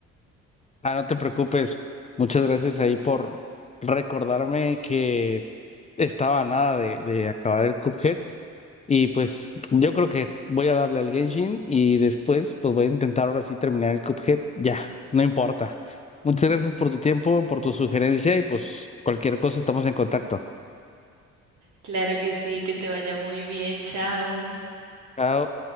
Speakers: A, on the left; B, on the right.
A: Ah, no te preocupes. Muchas gracias ahí por recordarme que estaba a nada de, de acabar el Cuphead. Y pues yo creo que voy a darle al Genshin y después pues voy a intentar ahora sí terminar el Cuphead. Ya, no importa. Muchas gracias por tu tiempo, por tu sugerencia y pues cualquier cosa estamos en contacto.
B: Claro que sí, que te vaya muy bien, chao.
A: Chao.